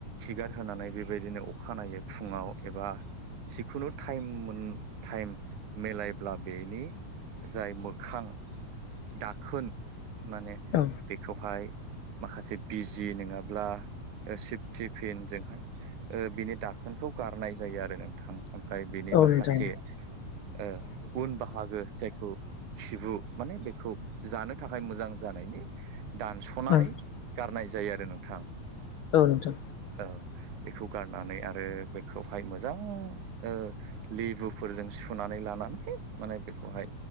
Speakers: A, on the right; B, on the left.
A: खिगार होनानै बेबायदिनो अखानायै फुङाव एबा जिखुनु टाइम मोन टाइम मिलायब्ला बेनि जाय मोखां दाखोन माने
B: औ
A: बेखौहाय माखासे बिजि नोङाब्ला सिफटि फिनजोंहाय बिनि दाखोनखौ गारनाय जायो आरो नोंथां ओमफ्राय बेनि
B: औ
A: माखासे
B: नोंथां
A: ओ उन बाहागो जायखौ खिबु माने बेखौ जानो थाखाय मोजां जानायनि दानस'नानै
B: ओं
A: गारनाय जायो आरो नोंथां
B: औ नोंथां
A: औ बेखौ गारनानै आरो बेखौहाय मोजां ओ लेबुफोरजों सुना नै लानानै माने बेखौहाय